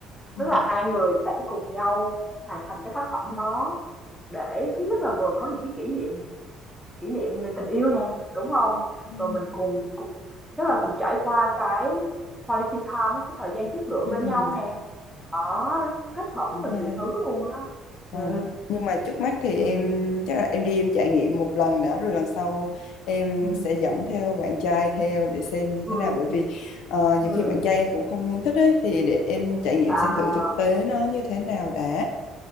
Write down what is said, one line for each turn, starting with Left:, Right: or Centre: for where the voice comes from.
Left: Ừ.
Centre: tức là hai người sẽ cùng nhau hoàn thành cái tác phẩm đó để thứ nhất là vừa có những cái kỷ niệm kỷ niệm về tình yêu nè, đúng không
Left: Ừ.
Centre: Rồi mình cùng cùng tức là cùng trải qua cái quality time á, cái thời gian chất lượng
Left: Ừ.
Centre: bên
Left: ừ.
Centre: nhau nè. Có, kết hợp
Left: cũng
Centre: rất là
Left: hay
Centre: nhiều thứ luôn á.
Left: vâng
Centre: ừ
Left: nhưng mà trước mắt thì
Centre: ừ
Left: em chắc là em đi em trải nghiệm một lần đã rồi lần sau em
Centre: ừ
Left: sẽ dẫn theo bạn trai theo để xem như
Centre: ừ
Left: thế nào bởi vì ờ, nhiều
Centre: ừ.
Left: khi bạn trai em cũng không thích ấy thì để em trải nghiệm
Centre: À,
Left: xem thử thực tế nó như thế nào đã